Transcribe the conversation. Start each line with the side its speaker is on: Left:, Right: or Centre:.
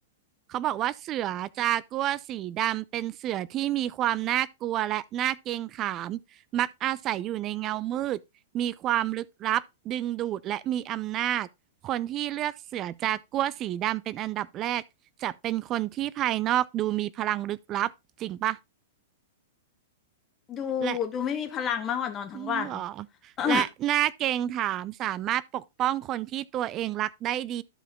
Right: เขาบอกว่าเสือจากัวร์สีดำเป็นเสือที่มีความน่ากลัวและน่าเกรงขามมักอาศัยอยู่ในเงามืดมีความลึกลับดึงดูดและมีอำนาจคนที่เลือกเสือจากัวร์สีดำเป็นอันดับแรกจะเป็นคนที่ภายนอกดูมีพลังลึกลับจริงปะ
Left: ดู
Right: และ
Left: ดูไม่มีพลังมากกว่านอนทั้งวัน
Right: อ๋อเหรอ
Left: <laughs> เออ
Right: และหน้าเกรงถามสามารถปกป้องคนที่ตัวเองรักได้ดี